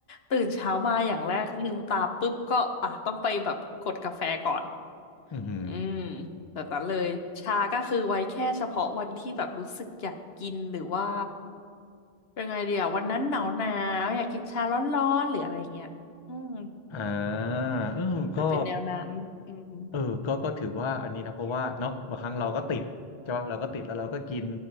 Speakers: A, on the left; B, on the left.
A: ตื่นเช้ามาอย่างแรกลืมตาปุ๊บก็อ่ะต้องไปแบบกดกาแฟก่อน
B: อือหือ
A: อืมแบบนั้นเลยชาก็คือไว้แค่เฉพาะวันที่แบบรู้สึกอยากกินหรือว่ายังไงเดียววันนั้นหนาวหนาวอยากกินชาร้อนๆหรืออะไรอย่างเงี้ยอืม
B: อ่าเออก็
A: จะเป็นแนวนั้นอืม
B: เออก็ก็ถือว่าอันนี้นะเพราะว่าเนาะบางครั้งเราก็ติดใช่ปะเราก็ติดแล้วเราก็กิน